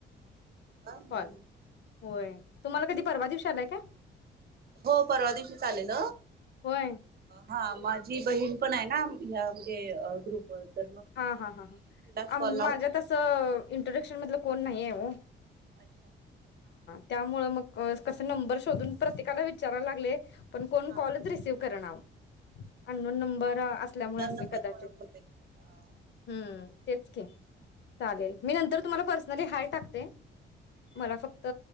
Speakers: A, on the right; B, on the left.
A: <inaudible>
B: कॉल होय तुम्हाला कधी परवा दिवशी आलाय काय?
A: हो परवा दिवशीच आलेल
B: होय.
A: हां माझी बहीण पण आहे ना हं म्हणजे ग्रुपवर तर मग तिचच
B: हां हां हं
A: तिलाच
B: हं
A: कॉल लावला
B: माझ्या तसं इंट्रोडक्शन मधल कोण नाहीय ओ
A: <inaudible>
B: त्यामुळे मग कस नंबर शोधून प्रत्येकाला विचारायला लागले पण कोण
A: हा
B: कॉलच रीसिव्ह कराणा आव अननोन नंबर असल्यामुळे
A: दोन
B: असेल
A: नंबर
B: कदाचित
A: मुळे होते हा
B: हम्म तेच की चालेलमि नंतर तुंम्हाला पर्सनली हाय टाकते
A: हा
B: मला
A: हा.
B: फक्त